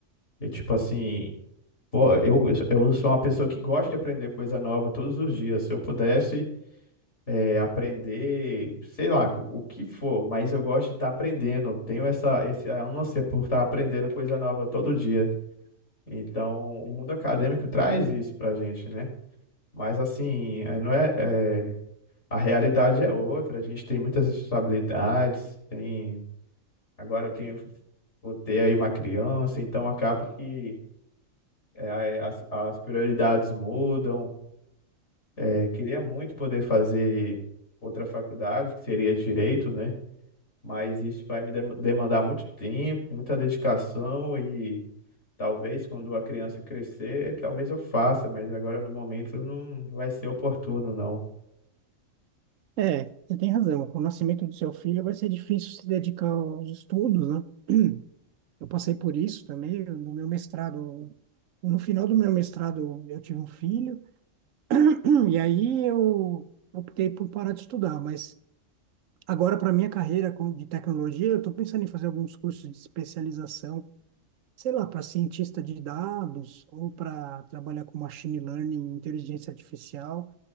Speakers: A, on the left; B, on the right.
A: E tipo assim, pô, eu, eu sou uma pessoa que gosta de aprender coisa nova todos os dias. Se eu pudesse é, aprender, sei lá, co- o que for, mas eu gosto de estar aprendendo. Tenho essa, essa ânsia por estar aprendendo coisa nova todo dia. Então, o mundo acadêmico traz isso pra gente, né? Mas assim, é- não é, é, a realidade é outra, a gente tem muitas responsabilidades, tem, agora eu tenho, vou ter aí uma criança, então acabo que é, as, as prioridades mudam. É, queria muito poder fazer outra faculdade, que seria direito, né? mas isso vai me dem- demandar muito tempo, muita dedicação e talvez quando a criança crescer, talvez eu faça, mas agora no momento não vai ser oportuno, não.
B: É, você tem razão. Com o nascimento do seu filho vai ser difícil se dedicar aos estudos, né? <clears throat> Eu passei por isso também eu- no meu mestrado. No final do meu mestrado, eu tive um filho, <clears throat> e aí eu optei por parar de estudar. Mas agora, para minha carreira com- de tecnologia, eu estou pensando em fazer alguns cursos de especialização, sei lá, para cientista de dados ou para trabalhar com machine learning, inteligência artificial.